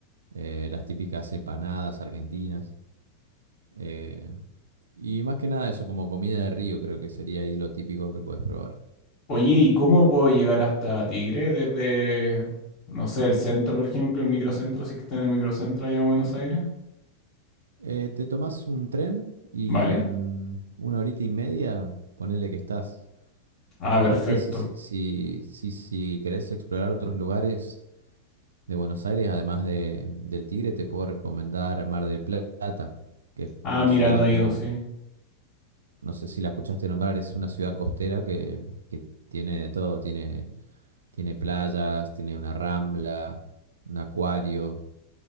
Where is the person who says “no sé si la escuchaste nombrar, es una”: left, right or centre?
Right